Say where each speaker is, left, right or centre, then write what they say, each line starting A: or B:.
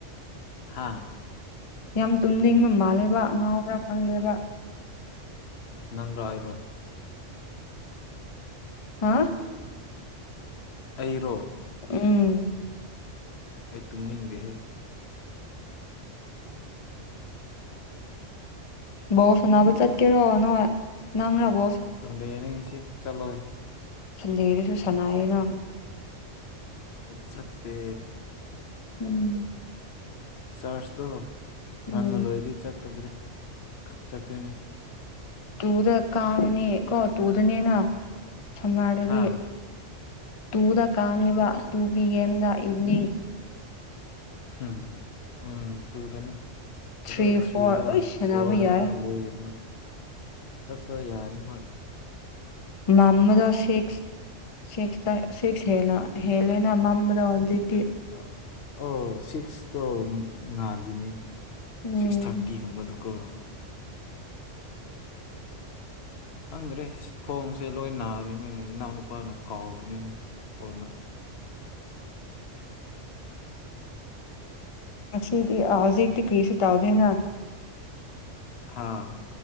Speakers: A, on the left; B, on the left.
A: ꯍꯥꯥ
B: ꯌꯥꯝ ꯇꯨꯝꯅꯤꯡꯕ ꯃꯥꯜꯂꯦꯕ ꯉꯥꯎꯕꯔꯥ ꯈꯪꯗꯦꯕ
A: ꯅꯪꯔꯣ ꯑꯩꯔꯣ
B: ꯍꯥ
A: ꯑꯩꯔꯣ
B: ꯎꯝ
A: ꯑꯩ ꯇꯨꯝꯅꯤꯡꯗꯦꯍꯦ
B: ꯕꫭꯜ ꯁꯟꯅꯥ ꯆꯠꯀꯦꯔꯣ ꯅꯣꯏ ꯉꯥꯡꯅꯕ
A: ꯁꯟꯗꯦꯅꯤ ꯉꯁꯤ ꯆꯠꯂꯣꯏ
B: ꯁꯟꯗꯦꯗꯨꯁꯨ ꯁꯥꯟꯅꯌꯦꯅ
A: ꯆꯠꯇꯦ
B: ꯎꯝ
A: ꯆꯥꯔꯖꯇꯣ
B: ꯎꯝ
A: ꯉꯟꯅ ꯂꯣꯏꯗꯤ ꯆꯠꯀꯗ꯭ꯔꯦ ꯈꯛ ꯆꯠꯇꯣꯏꯅꯦ
B: ꯇꯨꯗ ꯀꯥꯔꯅꯤ ꯀꯣ ꯇꯨꯗꯅꯦꯅ ꯁꯝꯃꫪꯗꯗꯤ
A: ꯍꯥ
B: ꯇꯨꯗ ꯀꯥꯅꯦꯕ ꯇꯨ ꯄꯤ ꯑꯦꯝꯗ ꯏꯚꯅꯤꯡ
A: ꯍꯝ ꯎꯝ ꯇꯨꯗꯅꯤ
B: ꯊ꯭ꯔꯤ
A: ꯑꯗꫭ ꯊ꯭ꯔꯤꯔ
B: ꯐꯣꯔ ꯑꯩꯁ
A: ꯐꯣꯔꯗꯒ
B: ꯁꯥꯟꯅꯕ ꯌꯥꯏ
A: ꯂꯣꯏꯒꯅꯤ ꯆꯠꯄ ꯌꯥꯅꯤ ꯍꯣꯏ
B: <unintelligible> ꯁꯦꯛꯁ ꯇ ꯁꯤꯛꯁ ꯍꯦꯟꯅ ꯍꯦꯜꯂꯦꯅ ꯃꯝꯕꯗꯣ ꯍꯧꯖꯤꯛꯇꯤ
A: ꯑ ꯑꯣ ꯁꯤꯛꯁꯇꯣ ꯉꯥꯜꯂꯤꯅꯦ
B: ꯎꯝ
A: ꯁꯤꯛꯁ ꯊꯥꯔꯇꯤ ꯒꯨꯝꯕꯗꯣ ꯀꯣ ꯈꯪꯗ꯭ꯔꯦ ꯈꯣꯡꯁꯦ ꯂꯣꯏ ꯅꯥꯔꯦꯃꯦ ꯏꯅꯥꯎ ꯅꯨꯄꯥꯅ ꯀꯥꯎꯕꯅꯤꯅ ꯍꯣꯟꯅ
B: ꯉꯁꯤꯗꯤ ꯑ ꯍꯧꯖꯤꯛꯇꯤ ꯀ꯭ꯔꯤꯁꯨ ꯇꯥꯎꯗꯦꯅ
A: ꯑꯥ